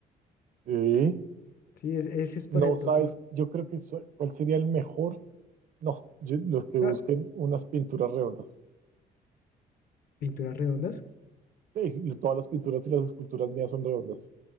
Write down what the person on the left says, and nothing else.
¿sí? Es- ese es, por
ejemplo,
otro...
ah,
pinturas redondas,